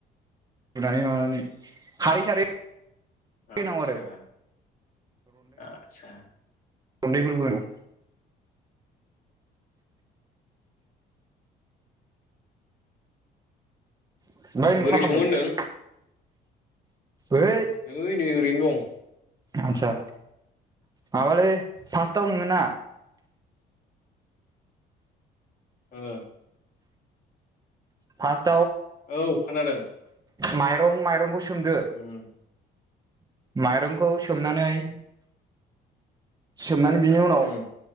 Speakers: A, on the right; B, on the left.
A: बुनानै माबानानै खारै सारै
B: आतसा
A: होनांगौ आरो
B: आतसा
A: गुन्दैफोरबो होनांगौ ओमफ्राय नों
B: बोरै
A: मा खालामदों
B: संङोहोनदों
A: ओइ
B: एैनै ओरैनो दं
A: आदसा माबालै फासटाव नोङो ना
B: ओ
A: फासट
B: औ खोनादों
A: माइरं माइरंखौ सोमदो
B: ओम
A: माइरंखौ सोमनानै सोमनानै बिनि उनाव
B: उम